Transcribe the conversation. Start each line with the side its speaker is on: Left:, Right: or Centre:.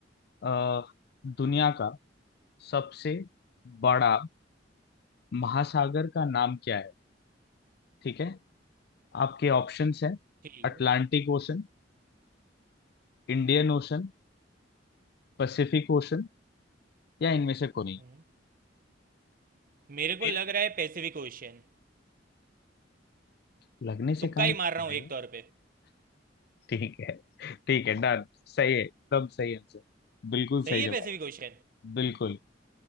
Left: अ, दुनिया का सबसे बड़ा महासागर का नाम क्या है ठीक है आपके ऑप्शंस हैं
Right: ठीक
Left: Atlantic
Right: है
Left: ocean Indian ocean Pacific ocean या इनमें से कोई नहीं
Right: हम्म। मेरे को
Left: मेरे
Right: लग रहा है पैसिफिक ओशियन
Left: लगने से
Right: तुक्का
Left: काम
Right: ही
Left: नहीं
Right: मार रहा
Left: चलेगा
Right: हूँ एक तौर पे
Left: ठीक है ठीक है डन सही है एकदम सही आंसर बिल्कुल
Right: सही
Left: सही
Right: है
Left: जवाब
Right: वैसे भी क्वेश्चन
Left: बिल्कुल